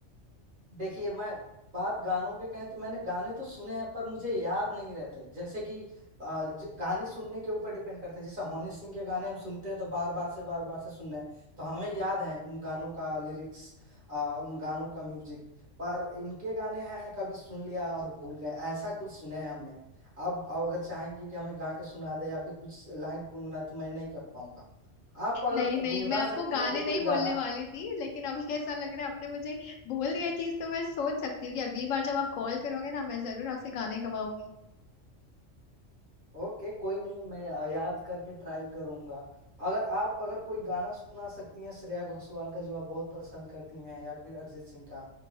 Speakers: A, on the right; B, on the left.
A: देखिए मैं बात गानों के कहें तो मैंने गाने तो सुने हैं पर मुझे याद नहीं रहते जैसे कि आ, ज- गाने सुनने के ऊपर डिपेंड करते हैं जैसे हनी सिंह के गाने हम सुनते हैं तो बार बार से बार बार से सुनना है तो हमें याद है उन गानों का लिरिक्स आ, उन गानों का म्यूजिक पर इनके गाने हैं कभी सुन लिया और भूल गए ऐसा कुछ सुने हैं हमने आप आप अगर चाहेंगे कि हमें गा के सुना दे या फिर कुछ लाइन गुनगुना तो मैं नहीं कर पाऊंगा आप अगर
B: नहीं नहीं
A: गुनगुना
B: मैं आपको
A: सकती
B: गाने
A: हैं तो कोई
B: नहीं बोलने
A: गाना
B: वाली थी लेकिन अभी ऐसा लग रहा है आपने मुझे बोल दिया चीज तो मैं सोच सकती हूँ कि अगली बार जब आप कॉल करोगे ना मैं जरूर आपसे गाने गवाऊंगी
A: ओके कोई नहीं मैं अ, याद करके ट्राई करूंगा अगर आप अगर कोई गाना सुना सकती हैं श्रेया घोषाल का जो आप बहुत पसंद करती हैं या फिर अरिजीत सिंह का